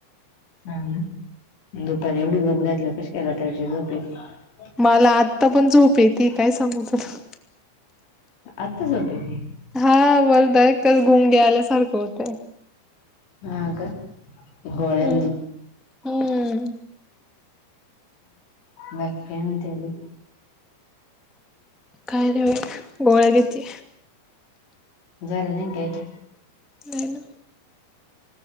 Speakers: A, on the left (about 75°); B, in the centre.
A: हा, दुपारी एवढी झोप घातल्यावर कशी काय रात्रीची झोप यईल?
B: मला आत्ता पण झोप येते, काय सांगू तुला.
A: आता झोप येती?
B: हा वरड एक कसं गुंगी आल्यासारखं होतं.
A: हा का गोळ्यांनी
B: हम्म हम्म
A: बाकी काय म्हणते अजुन?
B: काय नाय बाई गोळ्या घेते.
A: झालं नाही गेट?
B: नई ना.